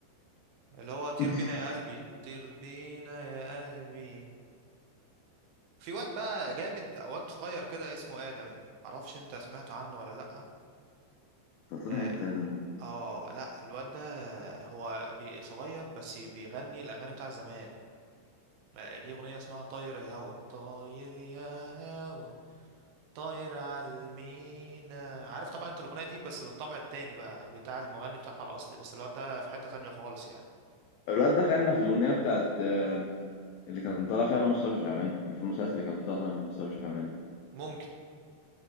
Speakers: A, on the right; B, on the left.
A: اللي هو طير
B: <laughs>
A: بينا يا قلبي طير بينا يا قلبي في واد بقى جامد واد صغير كده اسمه آدم معرفش انت سمعت عنه ولا لأ
B: ده طلع
A: اه
B: امتى يا دندن ده
A: آه، لا الواد ده هو بي- صغير بس بيغني الأغاني بتاع زمان آه، ليه أغنية اسمها طاير يا هوا طاير يا هوا طاير على المينا عارف طبعا انت الأغنية دي بس بالطبع التاني بقى بتاع المغني بتاعها الأصلي بس الواد ده في حتة تانية خالص يعني
B: الواد ده غنى في الاغنيه بتاعت آه، اللي كان طالع فيها مصطفى شعبان في المسلسل اللي كان فيه طالع من مصطفى شعبان
A: ممكن